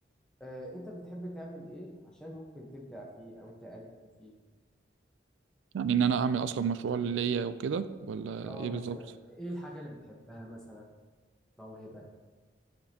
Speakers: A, in the centre; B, on the right.
A: آه، انت بتحب تعمل ايه عشان ممكن تبدع فيه او تقدم فيه
B: يعني ان انا اعمل اصلا مشروع ليا وكده ولا
A: اه
B: ايه
A: مثلا
B: بالظبط
A: ايه الحاجة اللي بتحبها مثلا موهبة